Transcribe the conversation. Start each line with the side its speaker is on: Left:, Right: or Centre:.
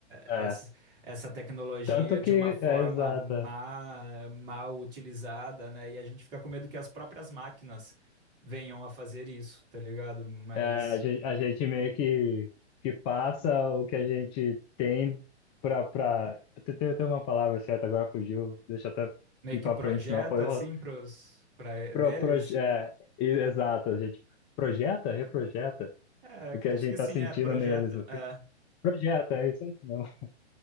Left: é.
Right: essa, essa tecnologia
Left: Tanto que,
Right: de uma forma
Left: é, exato.
Right: má,
Left: é.
Right: mal utilizada, né? E a gente fica com medo que as próprias máquinas venham a fazer isso, tá ligado? Mas
Left: É, a gente, a gente meio que, que passa o que a gente tem pra, pra... Tem, tem tem uma palavra certa, agora fugiu, deixa eu até
Right: meio
Left: ir
Right: que
Left: pra
Right: projeta
Left: frente, senão foi...
Right: assim
Left: o-
Right: pros, pra,
Left: Pro,
Right: neles.
Left: proje- é, e- exato, a gente projeta, reprojeta
Right: É, acredito
Left: o que a gente
Right: que sim,
Left: tá sentindo
Right: é, projeta.
Left: neles, o que,
Right: É,
Left: projeta, é isso aí mesmo. <laughs>